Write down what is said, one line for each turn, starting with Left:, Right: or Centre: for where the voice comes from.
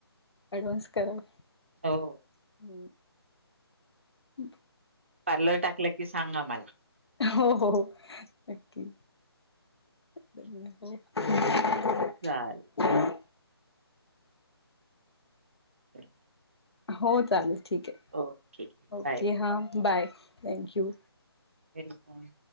Left: अडवान्स करा हम्म.
Right: हो,
Left: हम्
Right: पार्लर टाकला की सांगा मला.
Left: हो हो नक्की. <inaudible>
Right: चालेल, <unintelligible>
Left: हो चालेल ठीक ये,
Right: ओके,
Left: ओके
Right: बाय.
Left: हा बाय थँक यू.
Right: वेलकम.